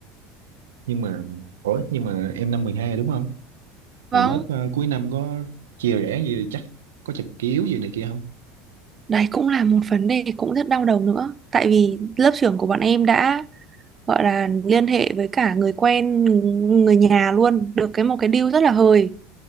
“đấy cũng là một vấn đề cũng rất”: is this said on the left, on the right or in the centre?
Right